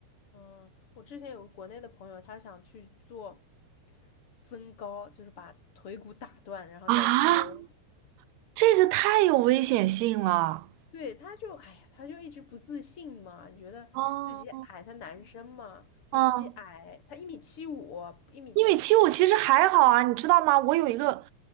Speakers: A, on the left; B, on the right.
A: 嗯，我之前有个国内的朋友，他想去做增高，就是把腿骨打断，然后再接。
B: 啊？
A: 我，
B: 这个太有危险性了。
A: 对，他就，哎呀，他就一直不自信嘛，觉得自己矮，
B: 哦，
A: 他男生嘛，就自己矮，
B: 嗯，
A: 他一米七五，一米就不，
B: 一米七五其实还好啊，你知道吗？我有一个，